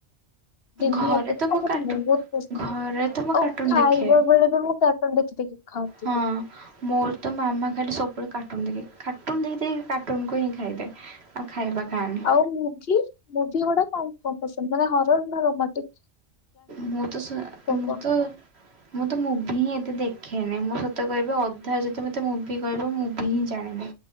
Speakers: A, on the left; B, on the right.
A: ଦିଲ୍ଲୀ
B: ଘରେ
A: ଏୟାରପୋର୍ଟ
B: ତ ମୁଁ
A: ଆଉ ମୋତେ
B: କାର୍ଟୁନ୍
A: ବହୁତ ପସନ୍ଦ।
B: ଘରେ ତ ମୁଁ
A: ଆଉ
B: କାର୍ଟୁନ୍
A: ଖାଇବା
B: ଦେଖେ
A: ବେଳେ ବି ମୁଁ କାର୍ଟୁନ ଦେଖି ଦେଖି ଖାଉଥିଲି।
B: ହଁ ମୋର ତ ମାମା ଖାଲି ସବୁବେଳେ କାର୍ଟୁନ ଦେଖେ କାର୍ଟୁନ ଦେଖି ଦେଖି କାର୍ଟୁନକୁ ହିଁ ଖାଇଦେ। ଆଉ ଖାଇବା ଖାନି।
A: ଆଉ ମୁଭି, ମୁଭିି ଗୁଡା କ କଣ ପସନ୍ଦ ମାନେ ହର ନା ରୋମାଟିକ।
B: ମୁଁ ତ ସ, ମୁଁ
A: କୁହ
B: ତ ମୁଁ ତ ମୁଭି ହିଁ ଏତେ ଦେଖେନି। ମୁଁ ସତ କହିବି ଅଧା ଯତି ମତେ ମୁଭି କହିବ ମୁ -- ତ୍ତି ଜାଣିନି।